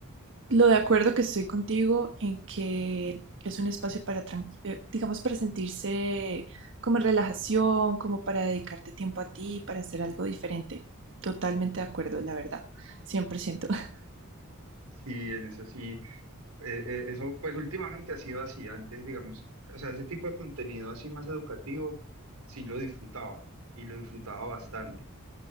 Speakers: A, on the right (about 60°); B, on the right (about 85°).
A: Lo de acuerdo que estoy contigo en que es un espacio para, tranqui- eh, digamos, para sentirse como en relajación, como para dedicarte tiempo a ti, para hacer algo diferente. Totalmente de acuerdo, la verdad. 100%. <laughs>
B: Sí, en eso sí. eh, eh, eso pues últimamente ha sido así. Antes, digamos, o sea, ese tipo de contenido así más educativo, sí lo disfrutaba y lo disfrutaba bastante.